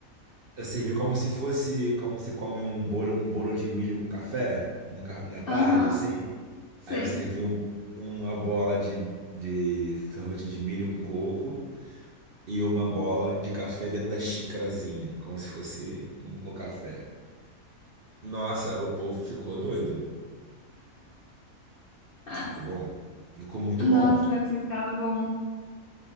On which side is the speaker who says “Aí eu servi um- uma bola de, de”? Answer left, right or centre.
Right